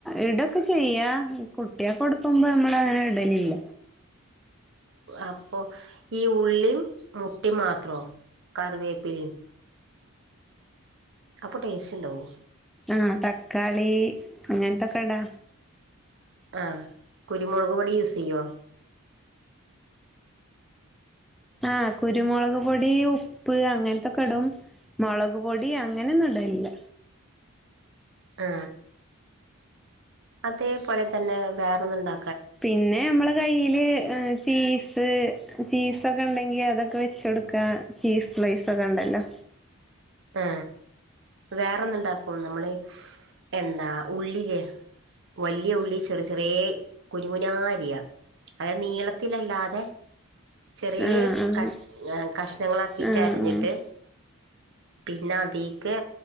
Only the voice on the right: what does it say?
അപ്പൊ ഈ ഉള്ളീം മുട്ടയും മാത്രോ കറിവേപ്പിലയും അപ്പൊ ടേസ്റ്റ് ഉണ്ടാവോ?
ആഹ് കുരുമുളക് പൊടി യൂസ് ചെയ്യുവോ?
ആ അതേപോലെ തന്നെ വേറെന്നും ഉണ്ടാ
ആ വേറെന്ന് ഉണ്ടാക്കും നമ്മള് എന്താ ഉള്ളിലെ വല്ല്യ ഉള്ളി ചെറി ചെറിയേ കുനു കുനാ അരിയാ അതായത് നീളത്തിലല്ലാതെ. ചെറിയേ
ക കഷ്ണങ്ങളാക്കിട്ട്
അരിഞ്ഞിട്ട് പിന്നെ അതീക്ക്